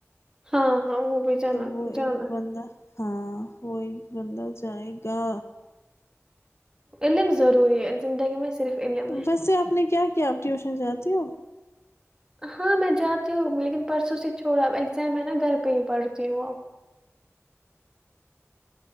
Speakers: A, on the right; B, on the left.
A: ہاں ہاں وہ بھی جانا
B: تو وہ ایک
A: جانا
B: بندہ ہاں وہی بندہ جائے گا
A: لے بھی ضروری ہے زندگی میں صرف علم ہے
B: ویسے آپ نے کیا کیا آپ ٹیوشن جاتی ہو
A: ہاں میں جاتی ہوں لیکن پرسوں سے چھوڑا اب ایگزام ہے نا گھر پہ ہی پڑھتی ہوں اب